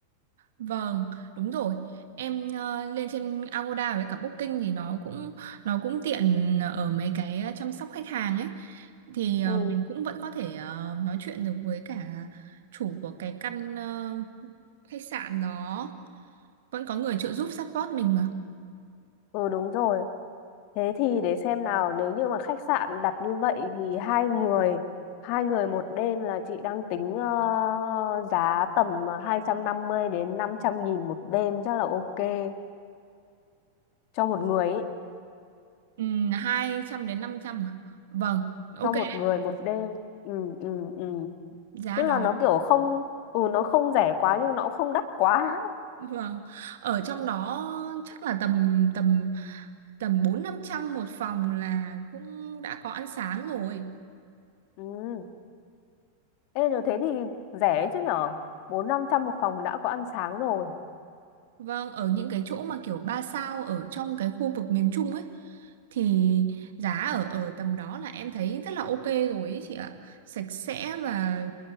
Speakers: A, on the right; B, on the left.
A: Vâng, đúng rồi. Em ờ, lên trên Agoda với cả Booking thì nó cũng nó cũng tiện ở mấy cái ờ, chăm sóc khách hàng ấy. Thì
B: Ừ,
A: ờ, mình cũng vẫn có thể ờ, nói chuyện được với cả chủ của cái căn ờ, khách sạn đó. Vẫn có người trợ giúp support mình mà.
B: ừ đúng rồi. Thế thì để xem nào, nếu như mà khách sạn đặt như vậy thì hai người, hai người một đêm là chị đang tính ờ, giá tầm ờ, 250 đến năm trăm nghìn một đêm chắc là ok cho một người ấy,
A: Ừm, hai trăm đến 500 à? Vâng, ok
B: cho
A: đấy,
B: một người một đêm. Ừ ừ ừ.
A: giá
B: Tức
A: đó.
B: là nó kiểu không ừ nó không rẻ quá nhưng nó cũng không đắt quá. <laughs>
A: Vâng. Ở trong đó chắc là tầm tầm tầm bốn năm trăm một phòng là cũng đã có ăn sáng rồi.
B: Ừ. Ê rồi thế thì rẻ đấy chứ nhở? Bốn năm trăm một phòng đã có ăn sáng rồi.
A: Vâng, ở những cái chỗ mà kiểu 3 sao ở trong cái khu vực miền Trung ấy thì giá ở ở tầm đó là em thấy rất là ok rồi ấy chị ạ. Sạch sẽ và